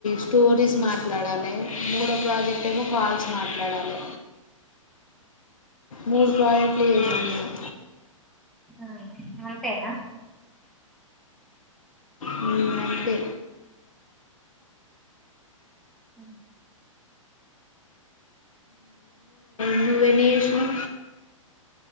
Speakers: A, on the left; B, in the centre.
A: స్టోరీస్ మాట్లాడాలి మూడో ప్రాజెక్ట్ ఏమో కాల్స్ మాట్లాడాలి మూడు ప్రాజెక్టులు చేసినం
B: ఉ అంతేనా
A: హ్మ్మ్ అంతే
B: అ
A: ఊ నేను కూడా